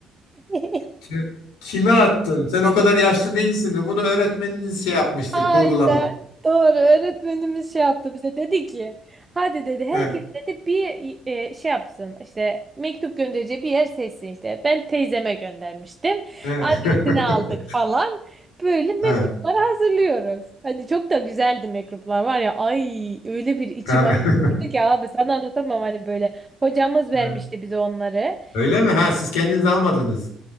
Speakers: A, on the right; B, on the left.
A: <laughs>
B: <laughs> Kime attın? Sen o kadar yaşlı değilsin de bunu öğretmeniniz şey yapmıştır,
A: Aynen.
B: kurgulamış.
A: Doğru. Öğretmenimiz şey yaptı bize. Dedi ki hadi dedi herkes
B: Evet,
A: dedi bir e, şey yapsın. İşte mektup göndereceği bir yer seçsin işte. Ben teyzeme göndermiştim.
B: evet.
A: Adresini
B: <laughs>
A: aldık falan. Böyle mektupları
B: Evet.
A: hazırlıyoruz. Hani çok da güzeldi mektuplar var ya. Ay öyle bir içim
B: Evet.
A: açıldı ki abi sana anlatamam hani böyle. Hocamız vermişti
B: <laughs>
A: bize onları.
B: Öyle mi? Ha siz kendiniz almadınız.